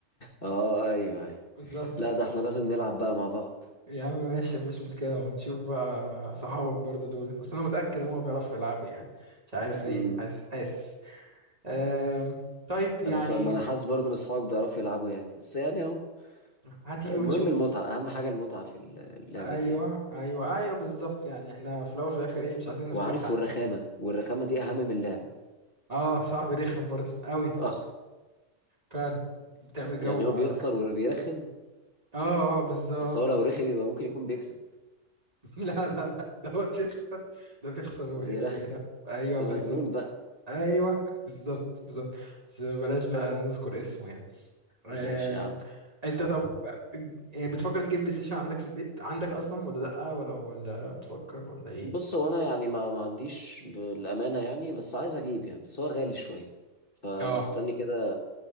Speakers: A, on the left; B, on the right.
A: اه ايوه ايوه
B: بالظبط
A: لا ده احنا لازم نلعب بقى مع بعض
B: يا عم ماشي مفيش مشكله ونشوف بقى صحابك برضو دول بس انا متاكد هم بيعرفوا يلعبوا يعني مش عارف ليه
A: امم
B: حاسس حاسس آم، طيب يعني
A: انا ف... ما انا حاسس برضه ان اصحابك بيعرفوا يلعبوا يعني بس يعني اهو
B: هتيجي
A: المهم
B: وتشوف
A: المتعه اهم حاجه المتعه في اللعبه
B: ايوه
A: دي يعني
B: ايوه ايوه بالظبط يعني احنا في الاول وفي الاخر ايه مش عايزين نخسر
A: وعارف
B: حد
A: والرخامه والرخامه دي اهم من اللعب
B: اه صاحبي رخم برضه قوي
A: آه.
B: فعلا بتعمل
A: <laughs> يعني
B: جو
A: هو بيخسر
B: حاجة
A: وبيرخم
B: اه بالظبط
A: اصل هو لو رخم يبقى ممكن يكون بيكسب
B: <laughs> لا لا لا ده هو بيخسر ده بيخسر وي-
A: وبيرخم
B: ويرا ايوه
A: ده
B: بالظبط
A: مجنون بقى
B: ايوه بالظبط بالظبط بس بلاش بقى نذكر اسمه يعني آم،
A: ماشي يا عم
B: انت طب آه، بتفكر تجيب بلاي ستيشن عندك في البيت عندك اصلا ولا لا ولا ولا بتفكر ولا ايه
A: بص هو انا يعني ما, ما عنديش بالامانه يعني بس عايز اجيب يعني بس هو غالي شويه فمستني
B: اه
A: كده